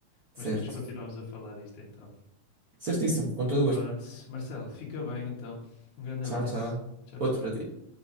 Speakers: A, on the left (about 65°); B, on the right (about 80°).
A: mas
B: Certo.
A: depois continuamos a falar disto então.
B: Certíssimo. Com todo o gosto.
A: Pronto, Marcelo, fica bem então. Um grande
B: Tchau,
A: abraço.
B: tchau.
A: Tchau, tchau.
B: Outro para ti.